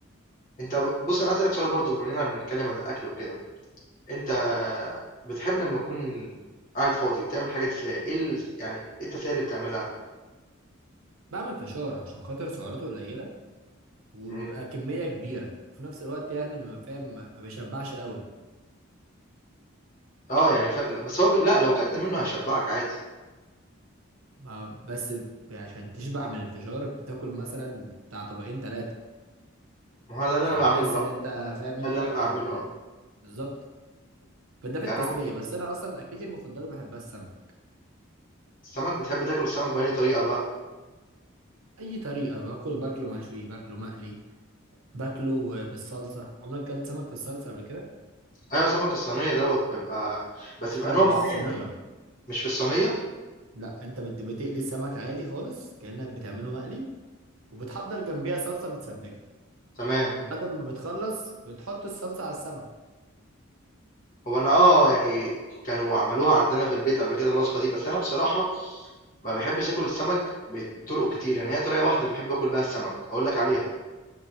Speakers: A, on the left; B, on the right.
A: أنت ب بُص أنا عايز أسألك سؤال برضه بما إننا بنتكلم عن الأكل وكده، أنت بتحب لمّا تكون قاعد فاضي وتعمل حاجة تسلية، إيه ال يعني إيه التسلية اللي بتعملها؟
B: بعمل فشار عشان خاطر سعراته قليله وبيبقى
A: إمم،
B: كميه كبيره وفي نفس الوقت يعني ما فاهم ما ما بيشبعش قوي
A: آه، يعني ف بس هو ب لأ لو كلت منه هيشبعك عادي،
B: ما بس ب- عشان تشبع من الفشار بتاكل مثلا بتاع طبقين ثلاثه
A: ما هو ده اللي
B: عشان
A: أنا باعمله
B: تحس
A: بقى،
B: ان انت فاهم انت
A: ده اللي أنا باعمله
B: ال-
A: آه،
B: بالظبط فده في
A: يعني
B: التسليه
A: أنا ممكن
B: بس انا اصلا اكلتي المفضله بحبها السمك
A: السمك بتحب تاكل السمك بأنهي طريقة بقى؟
B: اي طريقه باكله باكله مشوي باكله مقلي باكله بالصلصه عمرك اكلت سمك بالصلصه قبل كده
A: أيوه سمك الصينية دوّة بيبقى بس بيبقى
B: لا
A: نوع
B: مش
A: معيّن
B: صينيه
A: منه، مش في الصينية؟
B: لا انت بت... بتقلي السمك عادي خالص كأنك بتعمله مقلي وبتحضر جنبيها صلصة متسبكة
A: تمام،
B: وبعد ما بتخلص بتحط الصلصة على السمك
A: هو أنا آه، يعني كانوا عملوها عندنا في البيت قبل كده الوصفة دي، بس أنا بصراحة ما بيحبش ياكل السمك بت- بطرق كتير يعني هي طريقة واحدة اللي بحب اكل بيها السمك اقول لك عليها